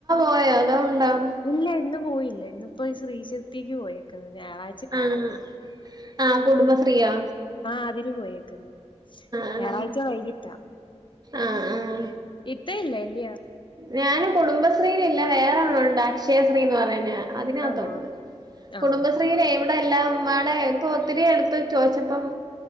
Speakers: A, on the right; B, on the left.
A: <unintelligible>
B: ഇല്ല ഇന്ന് പോയില്ല്യ ഇന്ന ഇപ്പോ ശ്രീ ചിത്തേക്ക് പോയേക്കാ ഞായറാ
A: ആഹ് ആഹ് കുടുംബസ്രീയോ?
B: ആഹ് അതിന് പോയേക്ക്ന്ന്
A: ആഹ്
B: ഞാറാഴ്ച വൈകിട്ടാ.
A: ആഹ് ആഹ്
B: ഇത്ത ഇല്ല്യല്ല്യേ?
A: ഞാന് കുടുംബസ്രീല്‌ല്ല വേറെന്നുണ്ട് അക്ഷയസ്രീന്ന് പറഞ്ഞ അതിനത്തുണ്ട്.
B: ആന്നോ ആഹ്
A: കുടുംബസ്രീലെ ഇവടെല്ലാംമ്മടെ ഇപ്പൊ ഒത്തിരി അട്ത്ത് ചോയ്ച്ചപ്പം